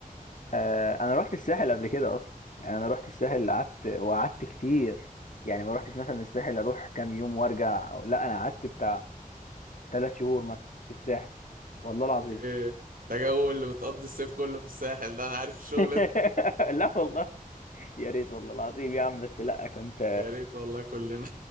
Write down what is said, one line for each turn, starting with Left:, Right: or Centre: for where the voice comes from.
Left: آه، انا رحت الساحل قبل كده اصلا يعني انا رحت الساحل قعدت وقعدت كتير يعني ما رحتش مثلا الساحل اروح كام يوم وارجع أو لا انا قعدت بتاع ثلاث شهور مثلا في الساحل والله العظيم
Right: اوكي ده جو اللي بتقضي الصيف كله في الساحل ده انا عارف الشغل
Left: <laughs>
Right: ده
Left: لا والله يا ريت والله العظيم يا عم بس لا كنت
Right: <laughs> يا ريت والله كلنا